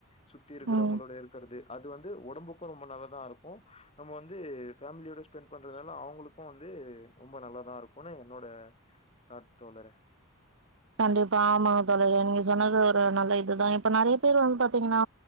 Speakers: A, on the left; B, on the right.
A: சுத்தி இருக்றவங்களோட
B: ம்
A: இருக்கறது அது வந்து ஒடம்புக்கு ரொம்ப நல்லதாருக் க்கு நம்ம வந்து ஃபமிலியோட ஸ்பெண்ட் பண்றதால அவங்களுக்கு வந்து ரொம்ப நல்லாதாருக்குனு என்னோட தாட் தோழரே
B: கண்டிப்பா ஆமா தோழரே நீங்க சொன்னது ஒரு நல்ல இதுதா இப்ப நறைய பேர் வந்து பாத்தீங்னா